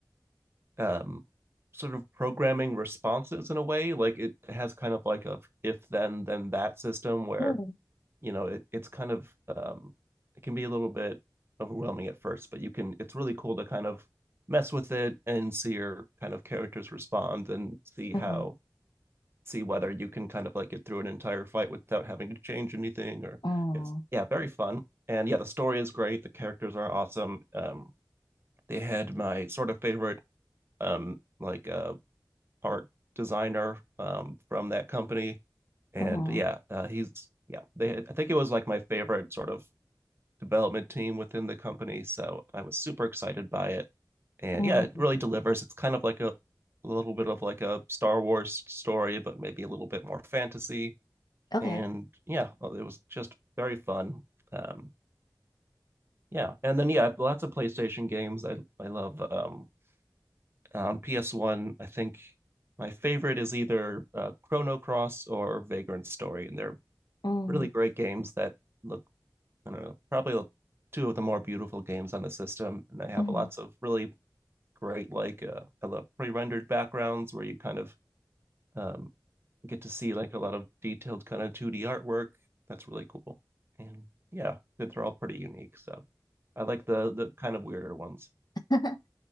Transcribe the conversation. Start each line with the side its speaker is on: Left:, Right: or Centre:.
Right: um, sort of programming responses in a way. Like it has kind of like a if then then that system where
Left: Mm.
Right: you know it, it's kind of um, it can be a little bit overwhelming at first but you can it's really cool to kind of mess with it and see your kind of characters respond and see
Left: hmm
Right: how see whether you can kind of like get through an entire fight without having to change anything or
Left: Mm.
Right: it's yeah very fun and yeah the story is great the characters are awesome um they had my sort of favorite um like uh art designer um from that company and
Left: hmm
Right: yeah uh, he's yeah they i think it was like my favorite sort of development team within the company. So I was super excited by it. And
Left: Mm.
Right: yeah, it really delivers. It's kind of like a, a little bit of like a Star Wars story, but maybe a little bit more fantasy.
Left: Okay.
Right: And yeah, well, it was just very fun. Um, yeah. And then, yeah, lots of PlayStation games. I, I love um, on PS1, I think my favorite is either uh, Chrono Cross or Vagrant Story. And they're
Left: Mm.
Right: really great games that look I don't know, probably two of the more beautiful games on the system. And they have
Left: hmm
Right: lots of really great, like, uh, I love pre rendered backgrounds where you kind of um, get to see like a lot of detailed kind of 2D artwork. That's really cool. And yeah, they're all pretty unique. So I like the the kind of weirder ones.
Left: <laughs>